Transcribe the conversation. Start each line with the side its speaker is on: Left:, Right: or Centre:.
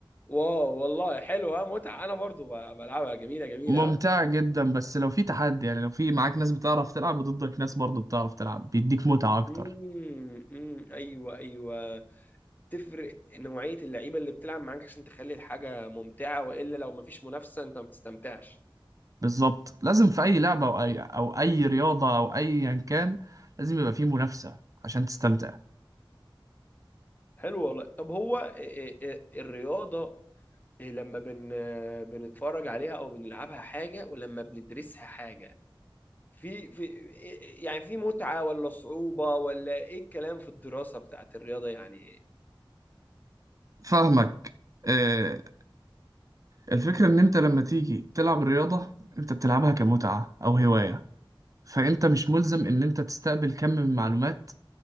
Left: واو والله حلو اه متعة انا برضو ب- بلعبها جميلة جميلة
Right: ممتعة
Left: اه
Right: جدا بس لو في تحدي يعني لو في معاك ناس بتعرف تلعب ضدك ناس برضو بتعرف تلعب بيديك متعة أكتر
Left: امم أمم، ايوه ايوه بتفرق نوعية اللعيبة اللي بتلعب معاك عشان تخلي الحاجة ممتعة والا لو مفيش منافسة انت ما بتستمتعش
Right: بالظبط لازم في اي لعبه او اي او اي رياضه او ايا كان لازم يبقى فيه منافسه عشان تستمتع
Left: حلو والله طب هو إيه- إيه- إيه الرياضة إيه لما بن بنتفرج عليها او بنلعبها حاجه ولما بندرسها حاجه في في إيه- يعني في متعه ولا صعوبه ولا ايه الكلام في الدراسه بتاعت الرياضه يعني
Right: فاهمك آه، الفكره ان انت لما تيجي تلعب الرياضه انت بتلعبها كمتعه او هوايه فانت مش ملزم ان انت تستقبل كم من معلومات